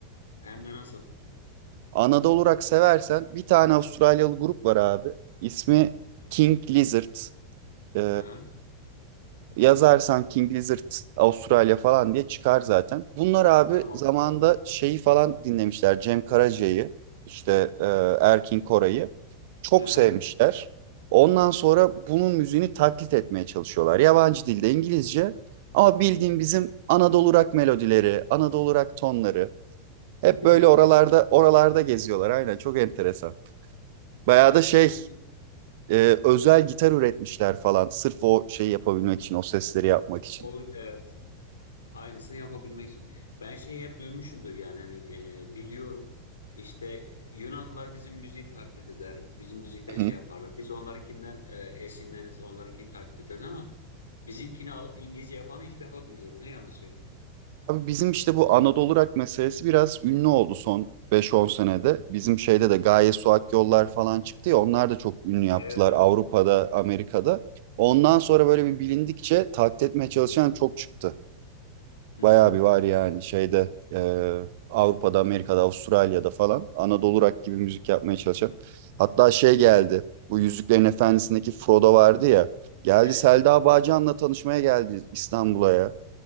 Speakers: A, on the left; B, on the right.
A: Hem de nasıl?
B: Anadolu Rock seversen bir tane Avustralyalı grup var abi. İsmi King Lizard. E,
A: Aha,
B: Yazarsan King Lizard Avustralya falan diye çıkar zaten. Bunlar abi
A: tamam.
B: zamanda şeyi falan dinlemişler. Cem Karaca'yı, işte e, Erkin Koray'ı çok
A: Aha,
B: sevmişler. Ondan sonra bunun müziğini taklit etmeye çalışıyorlar. Yabancı dilde İngilizce ama bildiğim bizim Anadolu rock melodileri, Anadolu rock tonları hep
A: Hadi
B: böyle
A: ya.
B: oralarda oralarda geziyorlar. Aynen çok enteresan. Bayağı
A: Ben
B: da
A: şey
B: şey
A: duy-
B: e, özel gitar üretmişler falan sırf o şeyi yapabilmek için, o sesleri yapmak için.
A: o, evet, aynısını yapabilmek için. Ben şeyi hep duymuşumdur yani hani e, biliyorum işte Yunanlılar bizim müziği taklit eder. Bizim müzikten
B: Hı
A: şey yaparlar. Biz onlarınkinden e, esinleniriz, onlarınkini taklit ederiz ama bizimkini alıp İngilizce yapanı ilk defa duyuyorum. Ne yalan söyleyeyim.
B: Abi bizim işte bu Anadolu rock meselesi biraz ünlü oldu son beş on senede. Bizim şeyde de Gaye Suak Yollar falan çıktı ya onlar da çok ünlü yaptılar
A: Evet evet.
B: Avrupa'da, Amerika'da. Ondan sonra böyle bir bilindikçe taklit etmeye çalışan çok çıktı.
A: Hı
B: Bayağı
A: hı.
B: bir var yani şeyde e, Avrupa'da, Amerika'da, Avustralya'da falan Anadolu rock gibi müzik yapmaya çalışan. Hatta şey geldi bu Yüzüklerin Efendisi'ndeki Frodo vardı ya geldi
A: Evet
B: Selda
A: evet.
B: Bağcan'la tanışmaya geldi İstanbul'a ya.